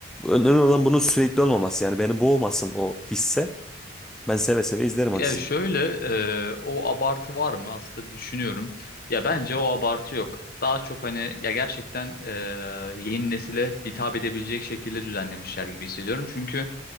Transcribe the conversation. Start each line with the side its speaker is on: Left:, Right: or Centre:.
Centre: Önemli olan bunun sürekli olmaması. Yani beni boğmasın o hisse. Ben seve seve izlerim
Left: Ya
Centre: o diziyi.
Left: şöyle e, o abartı var mı aslında bir düşünüyorum. Ya bence o abartı yok. Daha çok hani ya gerçekten e, yeni nesile hitap edebilecek şekilde düzenlemişler gibi hissediyorum. Çünkü